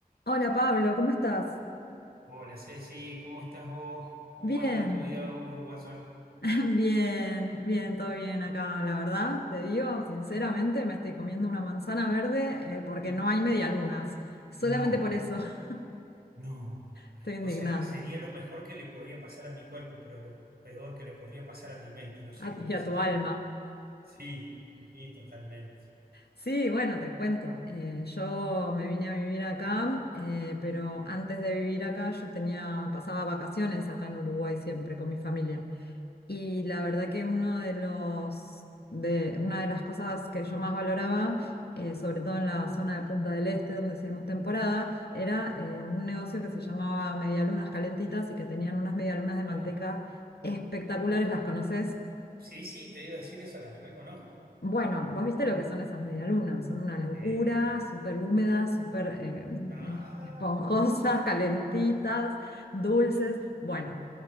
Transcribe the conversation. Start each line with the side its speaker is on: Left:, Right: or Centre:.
Left: Hola Pablo, ¿cómo estás?
Right: Hola Ceci, ¿cómo estás vos? ¿Cómo
Left: Bien,
Right: anda tu vida uruguaya?
Left: <laughs> bien, bien, todo bien acá, la verdad. Te digo, sinceramente, me estoy comiendo una manzana verde eh, porque no hay medialunas. Solamente
Right: No,
Left: por eso <laughs>
Right: no.
Left: estoy indignada.
Right: O sea, sería lo mejor que le podría pasar a mi cuerpo, pero lo peor que le podría pasar a mi mente. No sé
Left: A-
Right: cómo
Left: y a
Right: haces.
Left: tu alma.
Right: Sí, sí, totalmente.
Left: Sí, bueno, te cuento. Eh, yo me vine a vivir acá, eh, pero antes de vivir acá yo tenía, pasaba vacaciones acá en Uruguay siempre con mi familia. Y la verdad que uno de los, de, una de las cosas que yo más valoraba, eh, sobre todo en la zona de Punta del Este, donde hacíamos temporada, era eh, un negocio que se llamaba Medialunas Calentitas y que tenían unas medialunas de
Right: Claro.
Left: manteca espectaculares, ¿las conoces?
Right: Sí, sí, te iba a decir eso, las reconozco.
Left: Bueno, vos viste lo que son esas medialunas, son una locura,
Right: Eh,
Left: súper húmedas, súper eh,
Right: ah,
Left: esponjosas, <laughs> calentitas, dulces. Bueno,